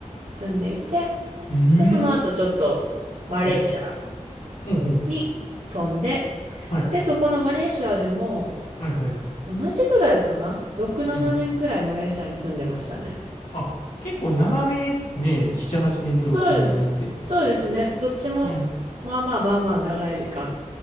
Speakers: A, on the right; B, on the left.
A: 住んでいて、
B: うーん、
A: で、その後ちょっとマレーシア
B: はい、うん、うん、
A: に飛んで、
B: はい、
A: で、そこのマレーシアでも、
B: はい、はい、
A: 同じぐらいかな ?6、7年ぐらいマレーシアに住んでましたね。
B: うん。あ、結構長めですね。7、8年と6、
A: そうで、
B: 7年って。
A: そうですね。どっちも、
B: うん、
A: まあまあまあまあ長い時間、